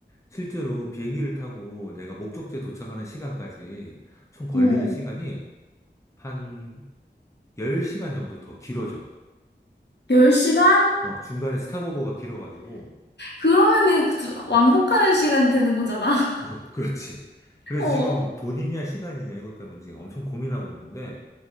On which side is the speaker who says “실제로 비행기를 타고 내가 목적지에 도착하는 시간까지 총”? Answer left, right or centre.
Left